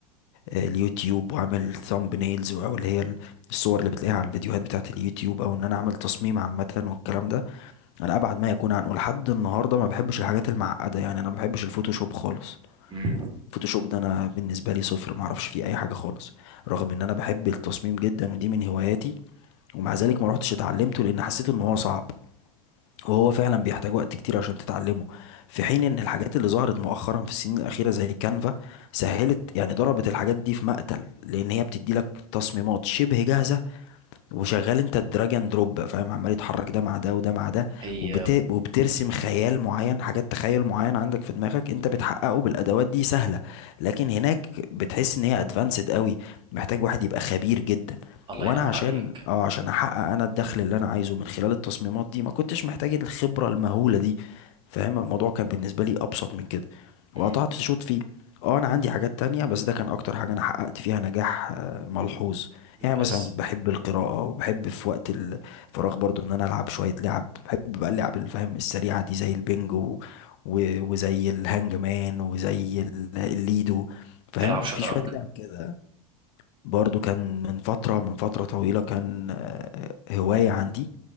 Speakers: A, on the left (about 50°); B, on the right (about 25°).
A: واليوتيوب واعمل ثامب نيلز او اللي هي ال- الصور اللي بتلاقيها على الفيديوهات بتاعت اليوتيوب او ان انا اعمل تصميم عامه والكلام ده انا ابعد ما يكون عنه لحد النهارده ما بحبش الحاجات المعقده يعني انا ما بحبش الفوتوشوب خالص
B: مم.
A: الفوتوشوب ده انا بالنسبه لي صفر ما اعرفش فيه اي حاجه خالص رغم ان انا بحب التصميم جدا ودي من هواياتي ومع ذلك ما روحتش اتعلمته لان حسيت ان هو صعب وهو
B: مم.
A: فعلا بيحتاج وقت كتير عشان تتعلمه في حين ان الحاجات اللي ظهرت مؤخرا في السنين الاخيره زي كانفا سهلت يعني ضربت الحاجات دي في مقتل لان هي بتدي لك تصميمات شبه جاهزه وشغال انت الدراج اند دروب فاهم عمال يتحرك ده مع ده وده مع ده
B: هي
A: وبت... وبترسم خيال معين حاجات تخيل معين عندك في دماغك انت بتحققه
B: مم.
A: بالادوات دي سهله لكن هناك بتحس ان هي ادفانسد قوي محتاج واحد يبقى خبير جدا
B: الله
A: وانا
B: ينور
A: عشان
B: عليك
A: اه عشان احقق انا الدخل اللي انا عايزه من خلال التصميمات دي ما كنتش محتاج الخبره المهوله دي فاهم الموضوع كان بالنسبه لي ابسط من كده وقطعت
B: مم.
A: شوط فيه اه انا عندي حاجات تانية بس ده كان اكتر حاجه انا حققت فيها نجاح آه، ملحوظ يعني
B: بس
A: مثلا بحب القراءة وبحب في وقت الفراغ برضو ان انا العب شوية لعب بحب بقى اللعب اللي فاهم السريعة دي زي البنجو و- وزي الهانج مان وزي ال- الليدو فاهم
B: تلعب شطرنج
A: في شوية لعب كده برضو كان من فترة من فترة طويلة كان آه، هواية عندي